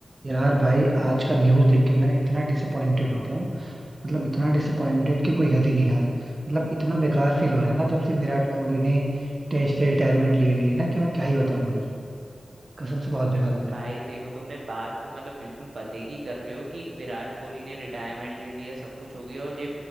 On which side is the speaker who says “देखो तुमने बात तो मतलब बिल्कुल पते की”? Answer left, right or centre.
Right